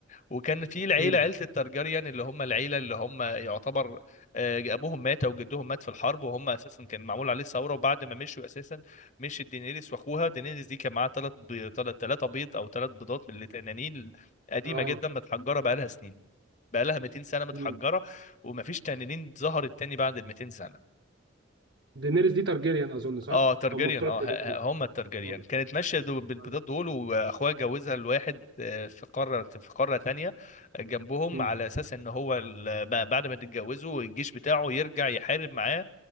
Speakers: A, on the left; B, on the right.
A: وكان في العيله
B: مم.
A: عيله الترجريان اللي هم العيله اللي هم يعتبر آه، ابوهم مات او جدهم مات في الحرب وهم اساسا كان معمول عليه ثوره وبعد ما مشوا اساسا مشي دينيريس واخوها دينيريس دي كان معاها ثلاث بي... ثلاثه بيض او ثلاث بيضات من اللي تنانين قديمه
B: اه
A: جدا متحجره بقى لها سنين بقى لها 200 سنه متحجره
B: مم.
A: ومفيش تنانين ظهرت تاني بعد ال 200 سنه
B: دينيريس دي تارجيريان اظن صح
A: اه ترجريان
B: هم بتوع
A: اه
B: التنانين
A: ه- ه- هم الترجريان
B: اه
A: كانت ماشيه دو بالبيضات
B: اه
A: دول واخوها جوزها لواحد آه، في قاره في قاره تانية جنبهم
B: مم.
A: على اساس ان هو ال- ب- بعد ما تتجوزوا الجيش بتاعه يرجع يحارب معاه